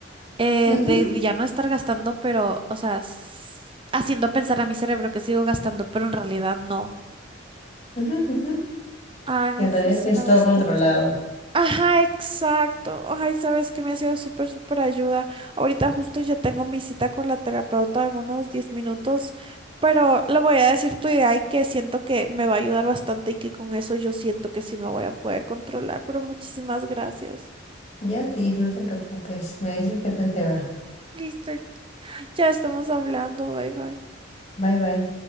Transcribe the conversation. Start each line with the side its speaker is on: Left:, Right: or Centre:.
Right: eh,
Left: ujú,
Right: de ya no estar gastando, pero, o sea, s- haciendo pensar a mi cerebro que sigo gastando, pero en realidad no.
Left: ujú, ujú.
Right: Ay, me
Left: Que en
Right: funciona
Left: realidad es todo
Right: bastante.
Left: controlado.
Right: Ajá, exacto. Ay, sabes que me ha sido súper, súper ayuda. Ahorita justo ya tengo mi cita con la terapeuta en unos 10 minutos, pero le voy a decir tu idea y que siento que me va a ayudar bastante y que con eso yo siento que sí me voy a poder controlar, pero muchísimas gracias.
Left: Ya, Tiff, no te preocupes. Me dices qué tal te va.
Right: Listo, ya estamos hablando, bye bye.
Left: Bye, bye.